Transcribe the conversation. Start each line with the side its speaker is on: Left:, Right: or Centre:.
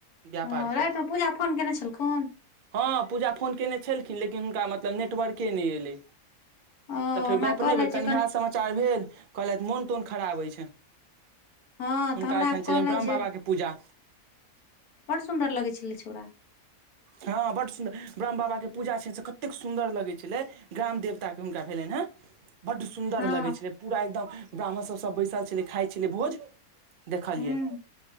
Right: व्यापार
Left: हँ राति
Right: के
Left: मे पूजा फोन कयने छलखुन
Right: हँ पूजा फोन कयने छलखिन लेकिन हुनका मतलब नेटवर्के नै एलै
Left: ओ
Right: त फेर
Left: हमरा
Right: गप
Left: कहलथि
Right: नै भेल कनि
Left: जे
Right: हाल समाचार भेल कहलथि मोन तोन खराब छै
Left: हँ
Right: हुनका
Left: तऽ हमरा
Right: एहिहिठाम
Left: कहलथि
Right: छलनि ब्राहम
Left: जे
Right: बाबा के पूजा
Left: बड सुन्दर लगै छलै छौड़ा
Right: हँ बड सुन्दर ब्रह्म बाबा के पूजा छै से कतेक सुन्दर लगै छलै ग्राम देवताके हुनका भेलनि हेँ। बड् सुन्दर
Left: हँ
Right: लगै छलै पूरा एकदम ब्राह्मण सब सब बैसल छलै खाइ छलै भोज। देखलियै।
Left: हूँ